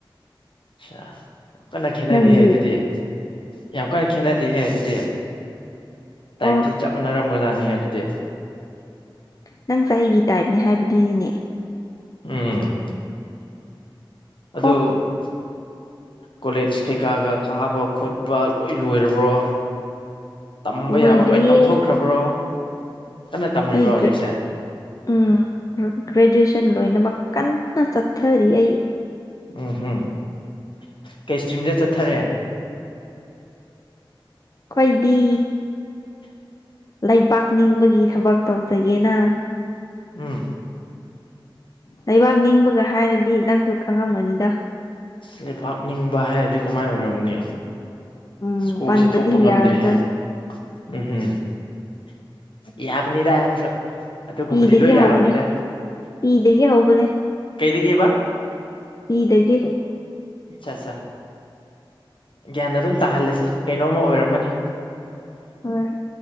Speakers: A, on the left (about 70°); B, on the left (about 45°).
A: ꯑ ꯌꯥꯝ ꯀꯟꯅ ꯈꯦꯠꯅꯗꯍꯦ
B: ꯅꯪꯗꯤ
A: ꯑꯗꯨꯗꯤ ꯌꯥꯝ ꯀꯟꯅ ꯈꯦꯠꯅꯗꯦꯍꯦ ꯑꯗꯨꯗꯤ ꯇꯥꯏꯞꯇꯤ
B: ꯑꯣ
A: ꯆꯞ ꯅꯔꯝꯕꯖꯅꯤꯍꯦ ꯑꯗꯨꯗꯤ
B: ꯅꯪ ꯆꯍꯤꯒꯤ ꯇꯥꯏꯞꯅꯦ ꯍꯥꯏꯕꯗꯨꯅꯤꯅꯦ
A: ꯎꯝ ꯑꯗꯨꯗ
B: ꯑꯣ
A: ꯀꯣꯂꯦꯖ ꯀꯩꯀꯥꯒ ꯀꯥꯕ ꯈꯣꯠꯄ ꯂꯣꯏ ꯂꯣꯏꯔꯕ꯭ꯔꯣ ꯇꯝꯕ
B: ꯂꯣꯏꯗ꯭ꯔꯤꯌꯦ
A: ꯌꯥꯕ꯭ꯔ ꯂꯣꯏ ꯇꯝꯊꯣꯛꯈ꯭ꯔꯕ꯭ꯔꯣ ꯀꯟꯅ ꯇꯝꯃꯤꯕ꯭ꯔꯣ
B: ꯑꯩ
A: ꯍꯧꯖꯤꯛꯁꯦ
B: ꯒ꯭ꯔꯦ ꯎꯝ ꯒ꯭ꯔꯦꯖꯨꯑꯦꯁꯟ ꯂꯣꯏꯅꯃꯛ ꯀꯟꯅ ꯆꯠꯊꯔꯤ ꯑꯩ
A: ꯎꯝꯝ ꯀꯩ ꯏꯁꯇ꯭ꯔꯤꯝꯗ ꯆꯠꯊꯔꯦ
B: ꯑꯩꯈꯣꯏꯗꯤ ꯂꯩꯕꯥꯛ ꯅꯤꯡꯕꯒꯤ ꯊꯕꯛ ꯇꯧꯖꯒꯦꯅ
A: ꯎꯝ
B: ꯂꯩꯕꯥꯛ ꯅꯤꯡꯕꯒ ꯍꯥꯏꯔꯗꯤ ꯅꯪꯁꯨ ꯈꯪꯉꯝꯒꯅꯤꯗ
A: ꯂꯩꯄꯥꯛꯥꯛ ꯅꯤꯡꯕ ꯍꯥꯏꯔꯗꯤ ꯀꯃꯥꯏ ꯑꯣꯏꯔꯝꯃꯅꯦ
B: ꯎꯝ
A: ꯁꯀꯣꯛꯁꯤꯦ
B: ꯄꯟꯕꯗꯤ
A: ꯊꯣꯛꯄ ꯉꯝꯗ꯭ꯔꯦꯍꯦ
B: ꯌꯥꯔꯔꯣꯏ
A: ꯎꯝꯝ ꯌꯥꯕꯅꯤꯗꯥꯪꯁꯨ ꯑꯗꯨꯒꯨꯝꯕꯗꯤ
B: ꯄꯤꯗꯒꯤ
A: ꯂꯣꯏ ꯌꯥꯕꯅꯤꯗ
B: ꯍꯧꯕꯅꯦ ꯄꯤꯗꯒꯤ ꯍꯧꯕꯅꯦ
A: ꯀꯩꯒꯦꯕ
B: ꯍꯗꯗꯒꯤꯦ
A: ꯑꯆꯥꯆꯥ ꯒ꯭ꯌꯥꯟ ꯑꯗꯨꯝ ꯇꯥꯍꯜꯂꯁꯤ ꯀꯩꯅꯣꯝꯃ ꯑꯣꯏꯔꯝꯃꯅꯤ
B: ꯍꯣꯏ